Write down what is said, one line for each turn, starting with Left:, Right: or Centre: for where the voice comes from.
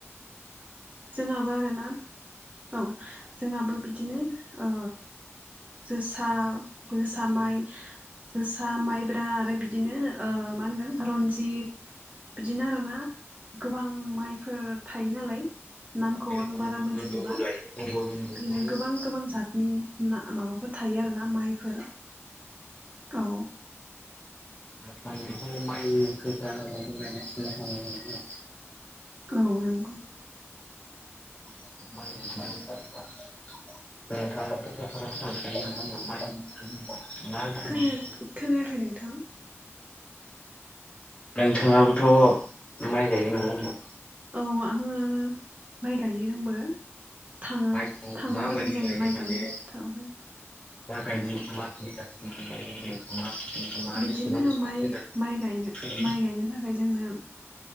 Right: जोंहाबो आरो ना औ जोंहाबो बिदिनो ओ जोसा जोसा माइ जोसा माइब्रा आरो बिदिनो ओ मा होनगोन रनजित बिदिनो आरोना गोबां माइफोर थायो नालाय नामखौ आं
Left: जोसाबो गायो बंग'
Right: बारा मोनथिजोबा
Left: बन्दुबो गायो बंग' बन्दु
Right: बिनो
Left: ओमफ्राय
Right: गोबां गोबां जातनि ना माबा फोर थायो आरो ना माइफोर औ
Left: <inaudible>
Right: औ नंगौ
Left: <inaudible> <inaudible> मा गाहाम
Right: <unintelligible>
Left: मोनो
Right: खोनायाखै नोंथां?
Left: नोंथांङाबोथ' माइ गायो नङा होनबा?
Right: औ आंङो माइ गायो आंबो। थांङो
Left: माइखौ
Right: थांनो
Left: माबायदि
Right: गोनां जायो
Left: गायो
Right: माइ
Left: माने
Right: गायनाय फोथारावहाय
Left: <inaudible>
Right: बिदिनो
Left: बेसेबां गोजानाव
Right: माइ माइ गायनो
Left: फुयो
Right: माइ गायनो थाखाय जोंनो